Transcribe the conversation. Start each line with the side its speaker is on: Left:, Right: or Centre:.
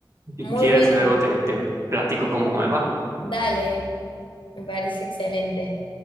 Right: Si
Left: Muy
Right: quieres,
Left: bueno.
Right: luego te, te platico cómo me va.
Left: Dale, me parece excelente.